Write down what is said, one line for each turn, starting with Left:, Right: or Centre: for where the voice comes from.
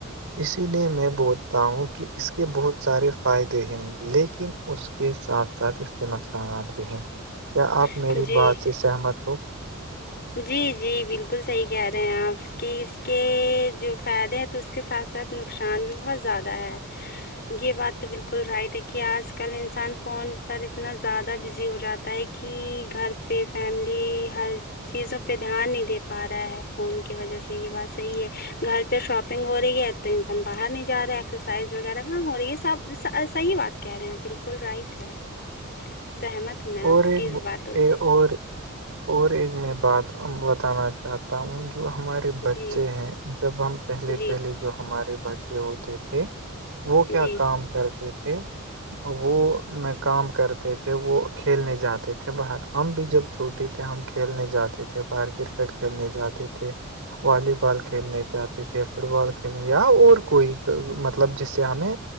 Right: اسی لیے میں بولتا ہوں کہ اس کے بہت سارے فائدے ہیں لیکن اس کے ساتھ ساتھ اس کے نقصانات بھی ہیں کیا آپ
Left: ہیں
Right: میری
Left: جی
Right: بات سے سہمت ہو
Left: جی جی بالکل صحیح کہہ رہے ہیں آپ کہ اس کے جو فائدے ہیں تو اس کے ساتھ ساتھ نقصان بھی بہت زیادہ ہے یہ بات تو بالکل رائٹ ہے کہ آج کل انسان فون پر اتنا زیادہ بزی ہو جاتا ہوتا ہے کہ گھر پہ فیملی ہر چیزوں پہ دھیان نہیں دے پا رہا ہے فون کی وجہ سے یہ بات صحیح ہے گھر پہ شاپنگ ہو رہی ہے تو انسان باہر نہیں جا رہا ہے ایکسرسائز وغیرہ ہو رہی ہے سب صحیح بات کہہ رہے ہیں آپ بالکل رائٹ ہے سہمت ہوں میں
Right: اور
Left: آپ
Right: ایک
Left: کی اس باتوں سے
Right: اور اور ایک میں بات بتانا چاہتا ہوں جو ہمارے
Left: جی
Right: بچے ہیں جب ہم پہلے
Left: جی
Right: پہلے جو ہمارے بچے ہوتے تھے وہ کیا
Left: جی
Right: کام کرتے تھے وہ کام کرتے تھے وہ کھیلنے جاتے تھے باہر ہم بھی جب چھوٹے تھے ہم کھیلنے جاتے تھے باہر کرکٹ کھیلنے جاتے تھے والی بال کھیلنے جاہتے تھے فٹ بال کھیلنے یا اور کوئی مطلب جس سے ہمیں